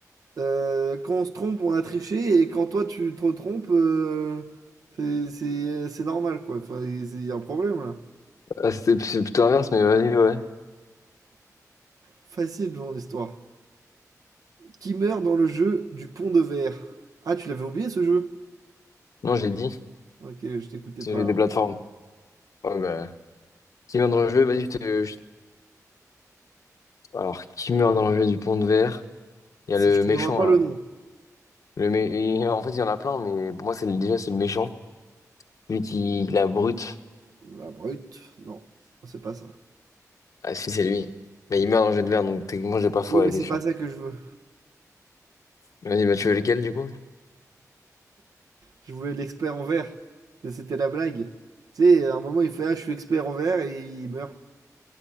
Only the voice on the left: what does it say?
Ah, c'était- c'est plutôt inverse, mais vas-y, ouais.
Non, je l'ai dit.
C'est
les-
des plateformes. Ouais, bah. Qui meurt dans le jeu? Vas-y, je te. je- Alors, qui meurt dans le jeu du pont de verre? Il y
a le
méchant,
là.
Le mé- il- en fait, il y en a plein, mais pour moi, c'est le- déjà, c'est le méchant. Lui qui la brute.
Ah, si, c'est lui. Mais il meurt dans le jeu de merde, donc techniquement, j'ai pas faux
à
la
question.
Vas-y, bah, tu veux lequel, du coup?